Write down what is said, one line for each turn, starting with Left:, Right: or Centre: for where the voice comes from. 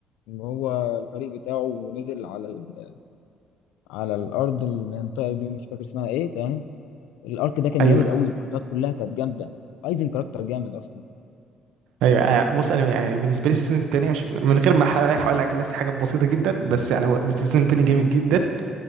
Left: اللي هو الفريق بتاعه ونزل على ال... على الارض المنطقه دي مش فاكر اسمها ايه تمام الارك ده كان
Right: ايوه
Left: جامد قوي الفايتات كلها كانت جامده ايزن كاركتر جامد اصلا
Right: ايوه آه، بص انا يعني بالنسبه لي السيزون الثاني مش من غير ما احرق عليك هقول لك بس حاجه بسيطه جدا بس يعني هو السيزون الثاني جامد جدا